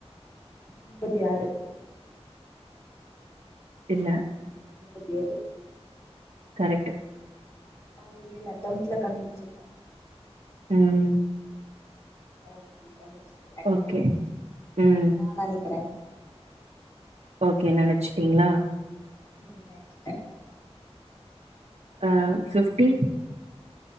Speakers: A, on the left; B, on the right.
A: முப்பத்தி ஆறு
B: இல்ல
A: முப்பத்தி ஏழு
B: கரெட்டு
A: பார் ஏழு அட்டம்டுல கண்டுபிடிச்சிருக்கே
B: உம்
A: ஓகே கண்டு புடிச்சுட்ட கரெக்ட்டா
B: ஓகே ம்
A: என்னா நெனைக்கிற
B: ஓகே நெனச்சுட்டீங்களா
A: உம் நெனச்சிட்டே
B: ஆ ஃபிஃப்டி